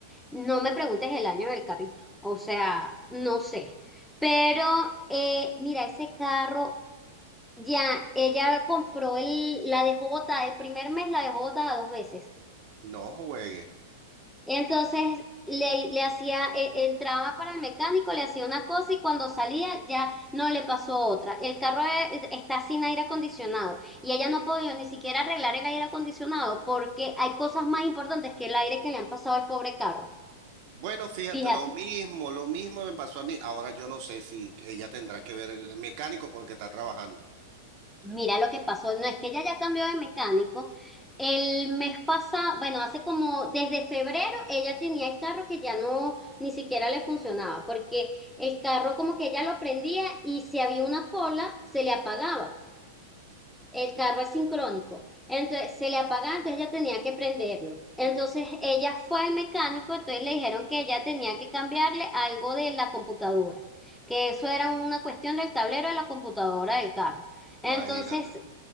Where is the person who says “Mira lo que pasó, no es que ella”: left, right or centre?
Centre